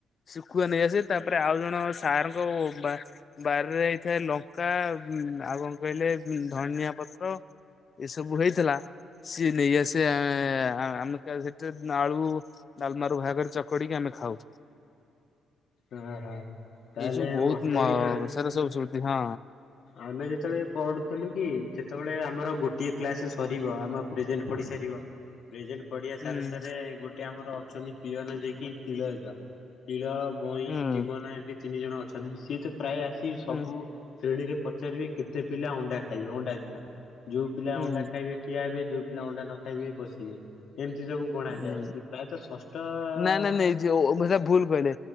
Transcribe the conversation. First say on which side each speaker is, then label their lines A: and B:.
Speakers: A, on the left; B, on the left.
A: ଶିଖୁଆ ନେଇ ଆସେ ତାପରେ ଆଉ ଜଣ ସାର୍ ଙ୍କ ବାରିରେ ହେଇଥାଏ ଲଙ୍କା ଆଉ କଣ କହିଲେ ଧନିଆ ପତ୍ର ଏ ସବୁ ହେଇଥିଲା। ସିଏ ନେଇ ଆସେ ଆ ଆମେ ସେଠି ଆଳୁ ଡାଲମାରୁ ବାହାର କରି ଚକଟିକି ଆମେ ଖାଉ।
B: ଓହୋ ତାହେଲେ
A: ଏଇ ସବୁ ବହୁତ
B: ମତେ
A: ମ
B: ବି ଜଣା।
A: ସାରା ସବୁ ସୁଧି ହଁ
B: ଆମେ ଯେତେବେଳେ ପଢୁଥିଲୁ କି ଯେତେବେଳେ ଆ ଆମର ଗୋଟିଏ କ୍ଲାସ ସରିବ ଆମର ପ୍ରେଜେଣ୍ଟ ପଡିସାରିବ ପ୍ରେଜେଣ୍ଟେ ପଡିଆ
A: ହୁଁ
B: ସାରେ ସାରେ ଗୋଟେ ଆମର ଅଛନ୍ତି ପିଅନ ଯିଏ କିି ତିଳ ଜେଜ ତିଳ ବଇଁ,
A: ହୁଁ
B: ଟିମନ, ଏଠି ତିନି ଜଣ ଅଛନ୍ତି ସିଏ ତ ପ୍ରାୟ ଆସି ସବୁ
A: ହୁଁ
B: ଶ୍ରେଣୀରେ ପଚାରିବେ କେତେ ପିଲା ଅଣ୍ଡା ଖାଇବେ, ଅଣ୍ଡା ଦିନ ଯୋଉଁ ପିଲା
A: ହୁଁ
B: ଅଣ୍ଡା ଖାଇବେ ଠିଆ ହେବେ। ଯୋଉଁ ପିଲା ଅଣ୍ଡା ନଖାଇବେ ବସିବେ। ଏମିତି ସବୁ ଗଣା
A: ହୁଁ
B: ଯାଏ କି ପ୍ରାୟତଃ ଷଷ୍ଠ
A: ନାଇଁ ନାଇଁ ନାଇଁ ଯ ଭୁଲ କହିଲେ